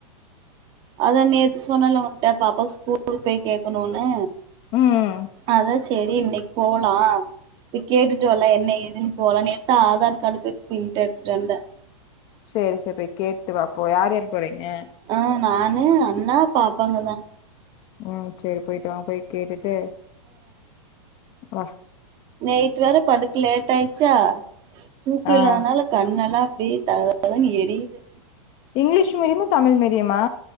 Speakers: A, on the right (about 25°); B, on the left (about 30°).
A: அதா நேத்து சொன்னல்ல உன்ட்ட பாப்பாவுக்கு ஸ்கூல் போய் கேக்கணுனு.
B: ம்
A: அதா சே சேரி இன்னைக்கு போலா போய் கேட்டுட்டு வல்லா என்ன ஏதுன்னு போலா நேத்துதா ஆதார் கார்டு போய் பிரிண்ட் எடுத்துட்டு வந்த.
B: சேரி சேரி போய் கேட்டுவாப்போ யார்யார் போறீங்க. ஏ
A: ஆ நானு அண்ணா பாப்பாங்கதான்.
B: ம் சேரி போயிட்டு வாங்க போய் கேட்டுட்டு வா
A: நைட்டு் வேற படுக்க லேட் ஆயிட்ச்சா தூக்கோ
B: ஆ
A: இல்லாதனால கண்ணெல்லா அப்டி தக தகன்னு எரியுது
B: இங்கிலீஷ் மீடியமா தமிழ் மீடியமா